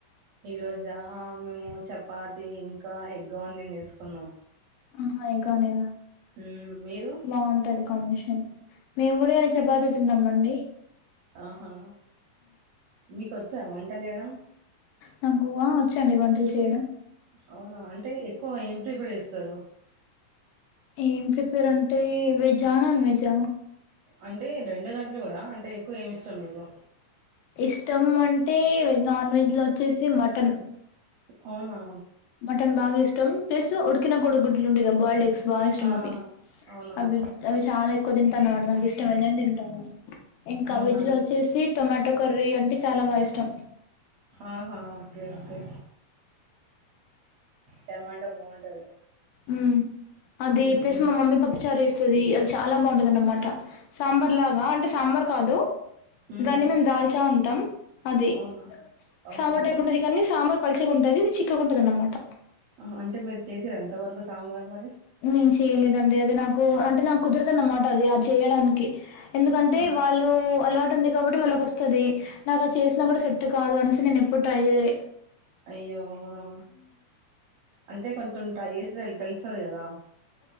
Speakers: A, on the right; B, on the left.
A: ఈ రోజా మేము చపాతి ఇంకా ఎగ్ ఆనియన్ చేసుకున్నాం
B: ఆహా ఉగ్గానే
A: మ్, మీరు
B: బాగుంటది కాంబినేషన్ మేము కూడా ఇయ్యాలా చపాతి తిన్నాంమండి
A: ఆహా మీకొచ్చా వంటలు చేయడం
B: నాకు ఆ వచ్చండి వంటలు చేయడం
A: అవునా అంటే ఎక్కువ ఏం ప్రిపేర్ చేస్తారు
B: ఏం ప్రిపేర్ అంటే వెజ్ ఆ నాన్ వెజ్ ఆ
A: అంటే రెండో దాంట్లో కూడా అంటే ఎక్కువ ఏమి ఇస్తార్ మీకు
B: ఇష్టం అంటే వె నాన్ వెజ్ లో వచ్చేసి మటన్
A: అవునా
B: మటన్ బాగా ఇష్టం ప్లస్ ఉడికి ఉడికిన కోడుగుడ్లు ఉండే కదా బాయిల్డ్ ఎగ్స్ బాగా ఇష్టం
A: ఆ
B: అవి
A: అవునవును
B: అవి అవి చాలా ఎక్కువ తింటాను అనమాట నాకు ఇష్టమైనన్ని తింటాను ఇంకా
A: అవునా
B: వెజ్ లో వచ్చేసి టొమాటో కర్రీ అంటే చాలా బాగా ఇష్టం
A: ఆహా ఓకే ఓకే టమాటా బాగుంటది
B: ఉమ్ అది
A: మ్మ్
B: ప్లస్ మా మమ్మీ పప్పు చారు చేస్తది అది చాలా బాగుంటది అన్నమాట సాంబార్ లాగా అంటే సాంబార్ కాదు
A: మ్మ్
B: దాన్ని మేము దాల్చా అంటాం అది
A: అవునా ఓహో
B: సాంబార్ టైప్
A: ఆహా!
B: ఉంటది కానీ సాంబార్ పలిచగా ఉంటది ఇది చిక్కగా ఉంటది అనమాట
A: ఆ అంటే మీరు చేసారా ఇంత వరకు సాంబార్ మరి
B: నేను చేయలేదండి అది నాకు అంటే నాకు కుదరదన్నమాట అది అలా చేయడానికి ఎందుకంటే
A: ఆ!
B: వాళ్ళు అలవాటు ఉంది కాబట్టి వాళ్ళకి వస్తది నాకు అది చేసినా కూడా సెట్ కాదు అని నేను ఎప్పుడు ట్రై చేయాలే
A: అయ్యో అవునా అంటే కొంత కొంచం ట్రై చేస్తే తెలుస్తది కదా